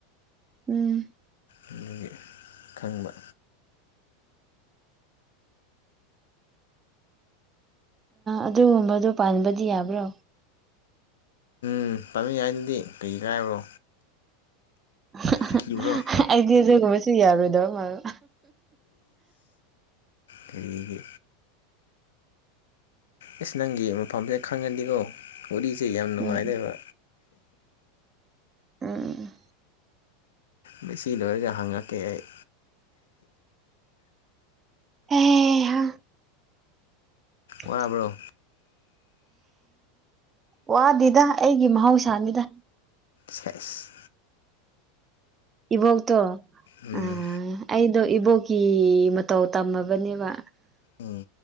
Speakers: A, on the right; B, on the left.
A: ꯎꯝ
B: ꯑꯗꯨꯒꯤ ꯈꯪꯕ
A: ꯑꯗꯨꯒꯨꯝꯕꯗꯣ ꯄꯥꯟꯕꯗꯤ ꯌꯥꯕ꯭ꯔꯣ
B: ꯎꯝ ꯄꯥꯟꯕ ꯌꯥꯢꯗꯨꯗꯤ ꯀꯩ ꯀꯥꯏꯕ꯭ꯔꯣ
A: <unintelligible>
B: ꯀꯤꯕ꯭ꯔꯣ
A: ꯑꯩꯗꯤ ꯑꯗꯨꯒꯨꯝꯕꯁꯨ ꯌꯥꯔꯣꯏꯗꯧ ꯃꯥꯟꯕ
B: ꯀꯔꯤꯒꯤ ꯑꯁ ꯅꯪꯒꯤ ꯃꯐꯝꯁꯤ ꯈꯪꯉꯗꯤꯀꯣ ꯎꯔꯤꯁꯦ ꯌꯥꯝ ꯅꯨꯡꯉꯥꯏꯗꯧꯕ
A: ꯎꯝ ꯎꯝ
B: ꯃꯁꯤ ꯂꯣꯏꯔꯒ ꯍꯪꯉꯛꯀꯦ ꯑꯩ
A: ꯑꯦꯍꯥ ꯍ <inaudible>
B: ꯋꯥꯕ꯭ꯔꯣ
A: ꯋꯥꯗꯦꯗ ꯑꯩꯒꯤ ꯃꯍꯧꯁꯥꯅꯤꯗ
B: ꯁꯦꯁ
A: ꯏꯕꯣꯛꯇꯣ
B: ꯎꯝ
A: ꯑꯥ ꯑꯩꯗꯣ ꯏꯕꯣꯛꯀꯤ ꯃꯇꯧ ꯇꯝꯃꯕꯅꯦꯕ
B: ꯎꯝ